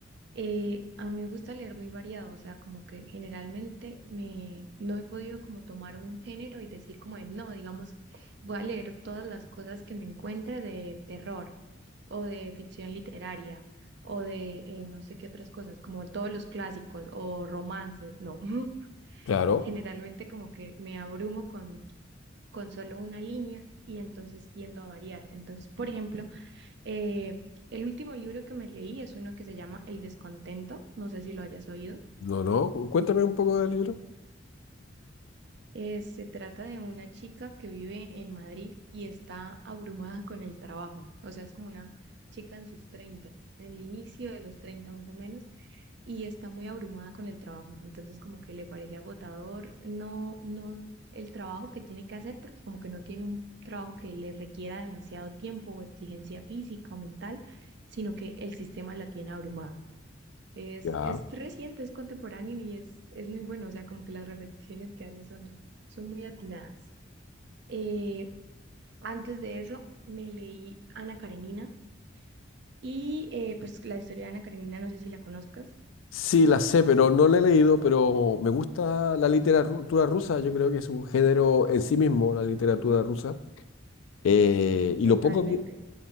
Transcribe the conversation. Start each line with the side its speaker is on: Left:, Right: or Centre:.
Right: Eh, a mí me gusta leer muy variado, o sea, como que generalmente me, no he podido como tomar un género y decir como de, no, digamos, voy a leer todas las cosas que me encuentre de terror o de ficción literaria o de eh, no sé qué otras cosas, como todos los clásicos o romances, no. <laughs>
Left: Claro,
Right: generalmente como que me abrumo con, con solo una línea y entonces tiendo a variar. Entonces, por ejemplo, eh, el último libro que me leí es uno que se llama El descontento, no sé si lo hayas oído.
Left: no, no, cu- cuéntame un poco del libro.
Right: Eh, se trata de una chica que vive en Madrid y está abrumada con el trabajo. O sea, es como una chica en sus 30, en el inicio de los 30 más o menos, y está muy abrumada con el trabajo. Entonces, como que le parece agotador, no, no el trabajo que tiene que hacer, porque como que no tiene un trabajo que le requiera demasiado tiempo o exigencia física o mental, sino que el sistema la tiene abrumada. Es,
Left: Ya.
Right: es reciente, es contemporáneo y es, es muy bueno. O sea, como que las repeticiones que hacen son, son muy atinadas. Eh, antes de eso, me leí Ana Karenina y eh, pues la historia de Ana Karenina, no sé si la conozcas.
Left: Sí, la sé, pero no la he leído, pero me gusta la literatura rusa, yo creo que es un género en sí mismo, la literatura rusa. Eh, y
Right: Totalmente.
Left: lo poco que,